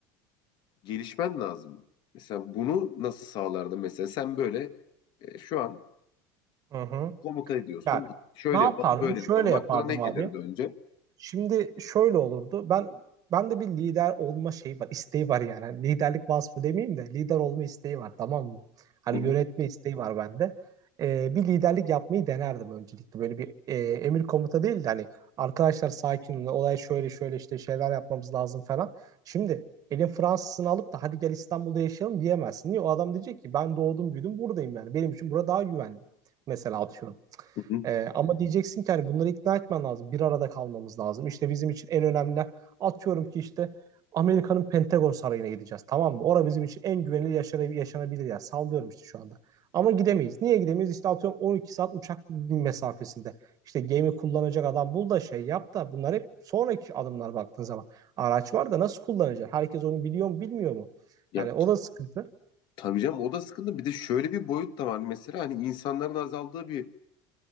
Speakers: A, on the left; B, on the right.
A: gelişmen lazım. Mesela bunu nasıl sağlardı? Mesela sen böyle e, şu an
B: Hı hı.
A: komuta ediyorsun.
B: Ya
A: Şöyle
B: ne yapardım?
A: yapalım, böyle
B: Şöyle
A: yapalım.
B: yapardım
A: Aklına ne gelirdi
B: abi.
A: önce?
B: Şimdi şöyle olurdu. Ben ben de bir lider olma şeyi var, isteği var yani. Hani liderlik vasfı demeyeyim de lider olma isteği var, tamam mı? Hani
A: Hı
B: yönetme
A: hı,
B: isteği var bende. Ee, bir liderlik yapmayı denerdim öncelikle. Böyle bir e, emir komuta değil de hani arkadaşlar sakin olun, olay şöyle şöyle işte şeyler yapmamız lazım falan. Şimdi elin Fransızını alıp da hadi gel İstanbul'da yaşayalım diyemezsin. Niye? O adam diyecek ki ben doğdum büyüdüm buradayım yani. Benim için bura daha güvenli. Mesela atıyorum.
A: hı hı.
B: Ee, ama diyeceksin ki hani bunları ikna etmen lazım. Bir arada kalmamız lazım. İşte bizim için en önemli atıyorum ki işte Amerika'nın Pentagon Sarayı'na gideceğiz. Tamam mı? Orada bizim için en güvenilir yaşanabilir, yaşanabilir yer. Sallıyorum işte şu anda. Ama gidemeyiz. Niye gidemeyiz? İşte atıyorum 12 saat uçak mesafesinde. İşte gemi kullanacak adam bul da şey yap da bunlar hep sonraki adımlar baktığın zaman. Araç var da nasıl kullanacak? Herkes onu biliyor mu bilmiyor mu?
A: Ya
B: Yani o da sıkıntı.
A: tabii canım o da sıkıntı. Bir de şöyle bir boyut da var mesela hani insanların azaldığı bir